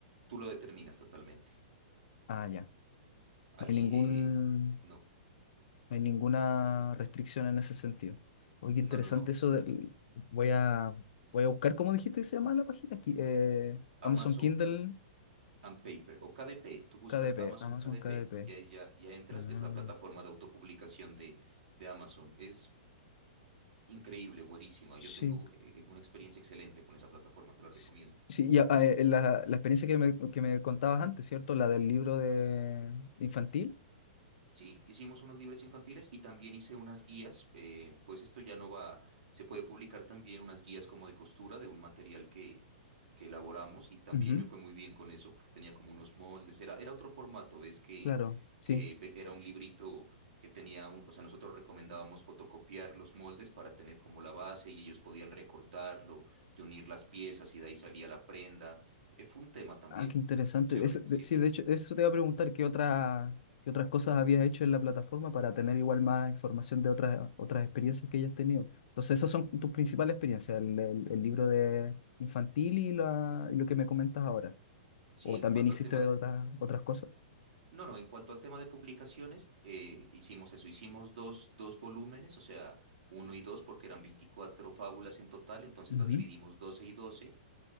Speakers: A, on the right (about 75°); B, on the left (about 65°).
A: Tú lo determinas totalmente.
B: Ah, ya.
A: Ahí,
B: No hay ningún
A: eh, no,
B: No hay ninguna restricción en ese sentido. Oye, qué
A: no,
B: interesante
A: no, no.
B: eso del- Voy a, voy a buscar, ¿cómo dijiste que se llama la página? Ki- eh, Amazon
A: Amazon
B: Kindle
A: K- and Paper o KDP. Tú buscas
B: KDP.
A: Amazon
B: Amazon
A: KDP
B: KDP.
A: y ahí ya, ya entras.
B: Ah,
A: Es la plataforma de autopublicación de, de Amazon. Es increíble, buenísima.
B: sí.
A: Yo tengo eh, una experiencia excelente con esa plataforma, te la
B: s-
A: recomiendo.
B: Sí, y, ah, eh, la, la experiencia que me, que me contabas antes, ¿cierto? La del libro de infantil.
A: Sí, hicimos unos libros infantiles y también hice unas guías, eh, pues esto ya no va, se puede publicar también unas guías como de costura de un material que, que elaboramos y también
B: Ujú,
A: me fue muy bien con eso porque tenía como unos moldes, era, era otro formato, ves que,
B: claro, sí.
A: que pe- era un librito que tenía, un, o sea, nosotros recomendábamos fotocopiar los moldes para tener como la base y ellos podían recortarlo y unir las piezas y de ahí salía la prenda, Eh, fue un tema también,
B: Ah, qué interesante.
A: chévere,
B: Eso- de-
A: sí,
B: sí,
A: sí.
B: de hecho, eso te iba a preguntar, ¿qué otra, qué otras cosas habías hecho en la plataforma para tener igual más información de otras, otras experiencias que hayas tenido? Entonces, esas son tus principales experiencias, el, el- el libro de infantil y, la- y lo que me comentas ahora.
A: Sí,
B: O
A: en
B: también
A: cuanto
B: hiciste
A: al tema de,
B: otras, otras cosas.
A: No, no, en cuanto al tema de publicaciones, eh, hicimos eso, hicimos dos, dos volúmenes, o sea, uno y dos, porque eran 24 fábulas en total, entonces
B: Ujú.
A: la dividimos 12 y 12.